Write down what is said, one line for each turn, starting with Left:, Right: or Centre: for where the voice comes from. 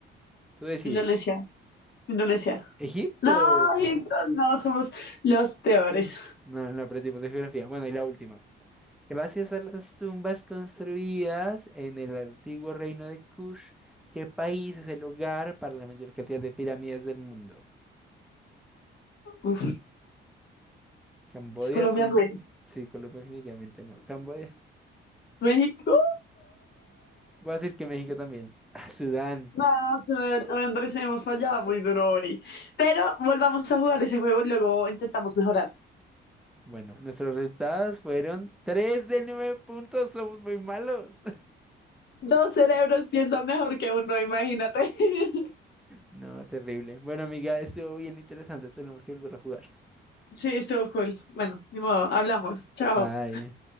Centre: Tú decides.
Left: Indonesia, Indonesia.
Centre: Egipto.
Left: No, chicos, no, somos los peores.
Centre: No, no aprendimos de geografía. Bueno, y la última. Gracias a las tumbas construidas en el antiguo reino de Kush, ¿qué país es el hogar para la mayor cantidad de pirámides del mundo?
Left: Uf,
Centre: Camboya,
Left: es Colombia
Centre: Sudán.
Left: no es.
Centre: Sí, Colombia definitivamente no. Camboya.
Left: México.
Centre: Voy a decir que México también. Ah, Sudán.
Left: No, son- Andrés, hemos fallado muy duro hoy. Pero volvamos a jugar ese juego y luego intentamos mejorar.
Centre: Bueno, nuestros resultados fueron 3 de 9 puntos. Somos muy malos.
Left: Dos cerebros piensan mejor que uno, imagínate. <laughs>
Centre: No, terrible. Bueno, amiga, estuvo bien interesante. Tenemos que volver a jugar.
Left: Sí, estuvo cool. Bueno, ni modo, hablamos. Chao.
Centre: Bye.